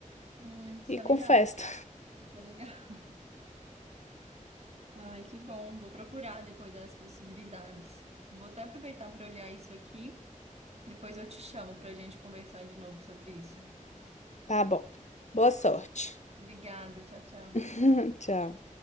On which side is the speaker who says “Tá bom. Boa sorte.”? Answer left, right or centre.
Left